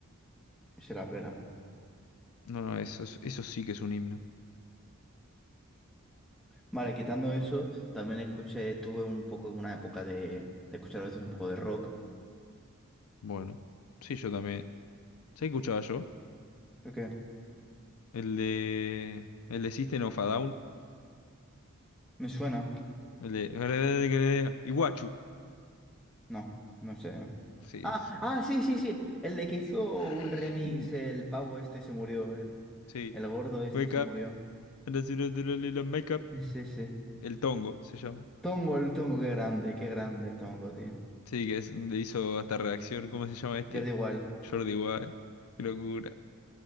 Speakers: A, in the centre; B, on the left.
A: se la pela.
B: No, no, eso, es- eso sí que es un himno.
A: Vale, quitando eso, también escuché, tuve un poco, una época de, de escuchar a veces un poco de rock.
B: Bueno, sí, yo también. ¿Se escuchaba yo?
A: ¿Por qué?
B: El de. El de System of a Down.
A: ¿Me suena?
B: El de. Iguachu.
A: No, no sé. no.
B: Sí,
A: Ah,
B: son.
A: ah, sí, sí, sí. El de que hizo
B: <clears throat>
A: un remix, el pavo este se murió, el,
B: Sí.
A: el gordo este
B: Wake
A: se
B: up.
A: murió.
B: and I see the little makeup.
A: Es ese.
B: El tongo se llama.
A: Tongo, el Tongo, qué grande, qué grande el Tongo, tío.
B: Sí, que es- le hizo hasta reacción, ¿cómo se llama este?
A: Jordi igual.
B: Jordi Wild. Qué locura.